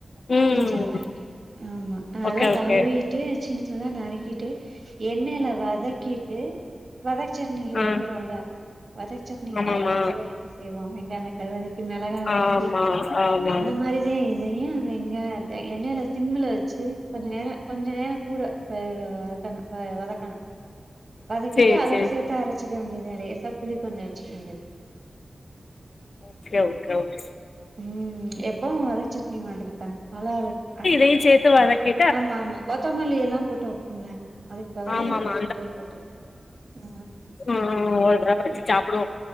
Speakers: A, on the left; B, on the right.
A: ம்
B: பிஞ்சா வாங்கிக்கணு ஆமா அதநல்லா
A: ஓகே ஓகே
B: கழுவீ ட்டு சின்ன சின்னதா நறுக்கீட்டு எண்ணெயில வதக்கீட்டு வதசட்னிக்கு
A: ஆ
B: வெக்கறோல்ல வத சட்னிக்கு
A: ஆமாமா
B: நம்ம எப்பவு என்ன செய்வோ வெங்காய வெட்டது வதக்கி மேளாகா வதக்கி
A: ஆமா ஆமா
B: அந்த மாரிதே இதையு வெங்க எண்ணெயில சிம்முல வச்சு கொஞ்ச நேர கொஞ்ச நேர கூட <unintelligible> வதக்கணு வத வதக்கணு வதக்கீட்டு
A: சேரி
B: அதோட
A: சேரி
B: சேத் து அரச்சிக்க வேண்டிதா லேசா புளி கொஞ்சோ வெச்சுக்க வேண்டியதா
A: ஓகே ஓகே ஓகே
B: ம் எப்பவு வத சட்னி மாதிரி தா நல்லா இரு அ
A: தையு சேத்து வதக்கி
B: ஆமாங் கொத்தமல்லியெல்லா போட்டு வெப்பமுல்ல அதுக் பதுலா
A: ஆமாமா
B: அது பெரண்டையு போட்டு <inaudible> ஆ
A: ஆ ஓதா வச்சு சாப்புடுவோ